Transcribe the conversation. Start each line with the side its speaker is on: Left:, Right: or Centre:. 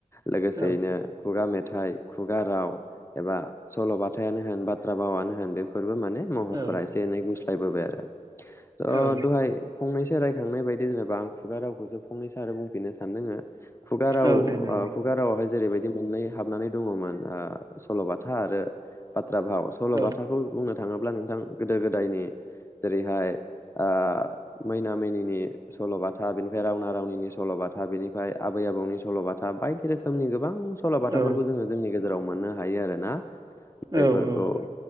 Left: लोगोसेयैनो
Right: औ
Left: खुगा मेथा‌ नाइ खुगा राव एबा सल'बथायनो होन बाथ्रा बावनो होन बेफोर माने महरफोरा
Right: औ
Left: एसे एनै गुस फायबोबाय आरो। अ
Right: औ
Left: दहाय फंनैसो रायखांनायायदि जेनेबा आं खुगा रावखौ फंनैसो आरो बुंफिननो सानदङो। खुगार राव
Right: औ
Left: ओ
Right: दे जागोन
Left: खुगारावहाइ जेरैबायदि मोननै हाबनानै दङमोन ओ सल'बाथा आरो बाथ्रा भाव सल'बाथाखौ
Right: औ
Left: बुंनो थाङोब्ला अब्ला नोंथां गोदो गोदायनि जेरैहाय ओ मैना मैनिनि सल'बाथा बेनिफ्राय रावना रावनिनि सल'बाथा बेनिफ्राय आबै आबौनि सल'बाथा बायदि रोखोम रोखोमनि गोबां सल' बाथाफोरखौ
Right: औ
Left: जोङो जोंनि गेजेराव - गजेराव मोननो हायो आरो ना। बेफोरखौ-
Right: औ औ